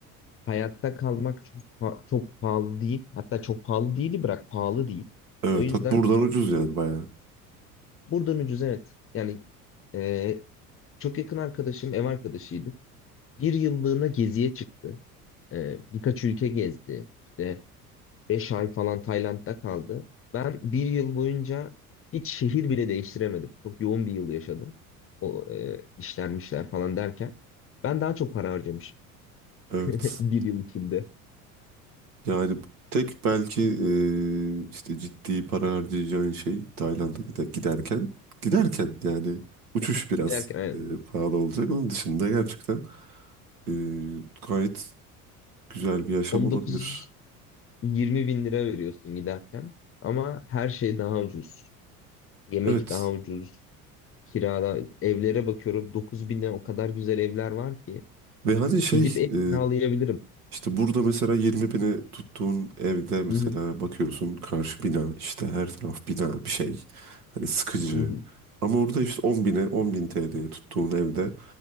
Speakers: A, on the left; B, on the right.
A: Hayatta kalmak çok pa- çok pahalı değil. Hatta çok pahalı değil bırak pahalı değil.
B: Evet,
A: O yüzden
B: hat buradan ucuz yani bayağı.
A: buradan ucuz evet. Yani e, Çok yakın arkadaşım, ev arkadaşıydık. Bir yıllığına geziye çıktı. Ee, birkaç ülke gezdi. İşte 5 ay falan Tayland'da kaldı. Ben bir yıl boyunca hiç şehir bile değiştiremedim. Çok yoğun bir yıl yaşadım. O e, işlenmişler falan derken. Ben daha çok para harcamışım.
B: Evet.
A: <laughs> Bir yıl içinde.
B: Yani tek belki e, işte ciddi para harcayacağın şey Tayland'a gide- giderken giderken yani uçuş biraz
A: Giderken aynen.
B: e, pahalı olacak. Onun dışında gerçekten e, gayet güzel bir yaşam
A: 19-20
B: olabilir.
A: bin lira veriyorsun giderken. Ama her şey daha ucuz. Yemek
B: Evet.
A: daha ucuz. Kirada evlere bakıyorum 9 bine o kadar güzel evler var ki.
B: Ve hani şey
A: Gidip ev
B: e,
A: kiralayabilirim.
B: işte burada mesela 20 bine tuttuğun evde mesela
A: Hı hı,
B: bakıyorsun karşı bina işte her taraf bina bir şey hani sıkıcı.
A: hı hı.
B: Ama orada işte 10 bine 10 bin TL'ye tuttuğun evde